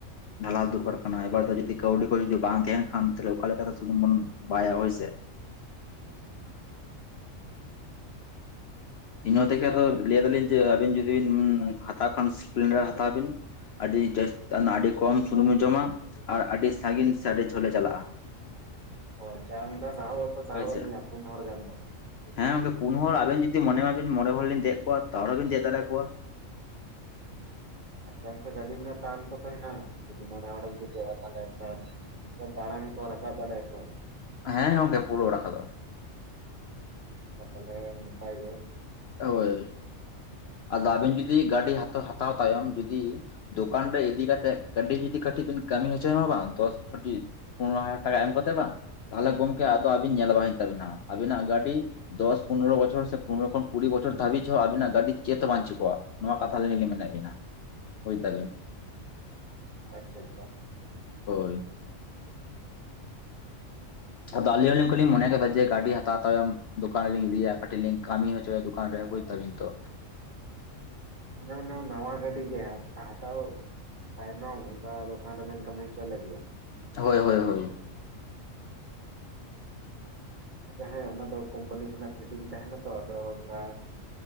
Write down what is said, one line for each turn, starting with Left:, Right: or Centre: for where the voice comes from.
Left: ᱰᱷᱟᱞᱟᱳ ᱫᱚᱨᱠᱟᱨ ᱠᱟᱱᱟ ᱮᱵᱟᱨ ᱫᱚ ᱡᱫᱤ ᱠᱟᱹᱣᱰᱤ ᱠᱚ ᱡᱩᱫᱤ ᱵᱟᱝ ᱛᱟᱦᱮᱱ ᱠᱷᱟᱱ ᱛᱟᱦᱚᱞᱮ ᱚᱠᱟ ᱞᱮᱠᱟᱛᱮ ᱥᱩᱱᱩᱢ ᱵᱚᱱ ᱵᱟᱭᱟ ᱦᱚᱭ ᱥᱮ
Right: <unintelligible>
Left: ᱤᱱᱟᱹ ᱛᱮᱜᱮ ᱟᱫᱚ ᱞᱟᱹᱭ ᱟᱫᱟᱞᱤᱧ ᱡᱮ ᱟᱹᱵᱤᱱ ᱡᱩᱫᱤ ᱵᱤᱱ ᱦᱟᱛᱟᱣ ᱠᱷᱟᱱ ᱥᱯᱮᱞᱮᱱᱰᱟᱨ ᱦᱟᱛᱟᱣ ᱵᱤᱱ ᱟᱹᱰᱤ ᱡᱟᱹᱥᱛᱤ ᱟᱹᱰᱤ ᱠᱚᱢ ᱥᱩᱱᱩᱢᱮ ᱡᱚᱢᱟ ᱟᱨ ᱟᱹᱰᱤ ᱥᱟᱺᱜᱤᱧ ᱥᱮ ᱟᱹᱰᱤ ᱡᱷᱟᱹᱞᱮ ᱪᱟᱞᱟᱜᱼᱟ
Right: ᱦᱭ ᱪᱟᱨ ᱱᱚᱱᱠᱷᱟᱨᱟᱥᱟᱣᱟ ᱛ ᱪᱟᱣᱟ
Left: ᱦᱳᱭᱥᱮ
Right: ᱯᱩᱱ ᱦᱚᱲ ᱜᱟᱱ ᱫᱚ
Left: ᱦᱮᱸ ᱜᱚᱝᱠᱮ ᱯᱩᱱ ᱦᱚᱲ ᱟᱵᱮᱱ ᱡᱩᱫᱤ ᱢᱚᱱᱮ ᱢᱟᱵᱮᱱ ᱢᱬᱮ ᱦᱚᱲᱤᱧ ᱫᱮᱡ ᱠᱚᱣᱟ ᱛᱟᱦᱚᱨᱮᱵᱮᱱ ᱫᱮᱡ ᱫᱟᱲᱮ ᱟᱠᱚᱣᱟ
Right: ᱟᱪᱷᱟ ᱠᱟ ᱜᱟᱹᱰᱤ ᱨᱮᱱᱟᱜ ᱴᱟᱨᱟᱱ ᱠᱚᱛ ᱦᱮᱱᱟᱜ ᱡᱩᱫᱤ ᱢᱚᱬᱮ ᱦᱚᱲᱮᱢ ᱫᱮᱠᱟᱹᱜᱼᱟ ᱛᱟᱦᱚᱞᱮ ᱚ ᱫᱟᱲᱟᱟᱝ ᱠᱚ ᱨᱟᱠᱟᱵ ᱫᱟᱲᱟ ᱮᱥᱮ ᱵᱟᱝ
Left: ᱦᱮᱸ ᱜᱚᱢᱠᱮ ᱯᱩᱨᱟᱹ ᱨᱟᱠᱟᱷᱟ ᱫᱚᱼᱟ
Right: ᱟᱪᱷᱟ ᱛᱟᱦᱚᱞᱮ ᱱᱟᱯᱟᱭ ᱜᱮ
Left: ᱳᱭ ᱟᱫᱚ ᱟᱵᱤᱱ ᱡᱩᱫᱤ ᱜᱟᱹᱰᱤ ᱦᱟᱛ ᱦᱟᱛᱟᱣ ᱛᱟᱭᱚᱢ ᱡᱩᱫᱤ ᱫᱚᱠᱟᱱ ᱨᱮ ᱤᱫᱤ ᱠᱟᱛᱮᱜ ᱜᱟᱰᱤ ᱡᱩᱫᱤ ᱠᱟᱹᱴᱤᱡ ᱵᱮᱱ ᱠᱟᱹᱢᱤ ᱦᱚᱪᱚᱭ ᱵᱟᱝ ᱫᱚᱥ ᱯᱚᱱᱨᱚ ᱦᱟᱡᱟᱨ ᱴᱟᱠᱟ ᱮᱢ ᱠᱚᱛᱮ ᱵᱟᱝ ᱛᱟᱦᱚᱞᱮ ᱜᱚᱝᱠᱮ ᱟᱫᱚ ᱟᱵᱤᱱ ᱧᱮᱞ ᱵᱟᱝ ᱦᱩᱭᱩᱜ ᱛᱟᱵᱤᱱᱟ ᱟᱵᱤᱱᱟᱜ ᱜᱟᱹᱰᱤ ᱫᱚᱥ ᱯᱚᱱᱨᱚ ᱵᱚᱪᱷᱚᱨ ᱥᱮ ᱯᱚᱱᱨᱚ ᱠᱷᱚᱱ ᱠᱩᱲᱤ ᱵᱪᱚᱨ ᱫᱷᱟᱹᱤᱡ ᱦᱚᱸᱚ ᱟᱵᱤᱱᱟᱜ ᱜᱟᱹᱰᱤ ᱪᱮᱫ ᱦᱚᱸ ᱵᱟᱝᱧᱪᱤᱠ ᱠᱚᱚᱜᱼᱟ ᱱᱚᱣᱟ ᱠᱟᱛᱷᱟᱞᱤᱧ ᱞᱤᱧ ᱢᱮᱱᱮᱫ ᱵᱤᱱᱟ ᱦᱭ ᱛᱟᱞᱮ
Right: ᱟᱪᱷᱟ ᱟᱪᱷᱟ
Left: ᱦᱳᱭ ᱟᱫᱚ ᱟᱟᱞᱞᱤᱞᱤᱧ ᱠᱚᱞᱤᱧ ᱢᱚᱱᱮ ᱠᱮᱫᱟ ᱡᱮ ᱜᱟᱹᱰᱤ ᱦᱟᱛᱟᱣ ᱛᱟᱭᱚᱢ ᱫᱚᱠᱟᱱ ᱨᱮᱞᱤᱧ ᱤᱫᱤᱭᱟ ᱠᱟᱹᱴᱤᱡ ᱞᱤᱧ ᱠᱟᱹᱢᱤ ᱦᱚᱪᱚᱭᱟ ᱫᱚᱠᱟᱱ ᱨᱮ ᱵᱩᱡ ᱫᱟᱵᱤᱱ ᱛᱚ
Right: ᱚᱱᱟ ᱱᱟᱣᱟ ᱜᱟᱵᱤ ᱜᱮ ᱦᱟᱴᱟᱣ ᱛᱟᱭᱟᱭᱱᱟᱠᱟ ᱫᱚᱠᱟᱱ ᱨᱮᱵᱮᱱ ᱠᱟᱹᱢᱤ ᱪᱚ ᱞᱟᱜ ᱜᱮᱭᱟ
Left: ᱦᱳᱭ ᱦᱳᱭ ᱦᱳᱭ
Right: ᱟᱪᱷᱟ ᱦᱮᱸ ᱚᱱᱟ ᱫᱚ ᱠᱳᱢᱯᱟᱱᱤ ᱠᱚᱱᱟᱜ ᱯᱷᱤᱴᱤᱝ ᱛᱟᱦᱮᱱᱟᱛᱚ ᱟᱫᱚ ᱚᱱᱰᱮ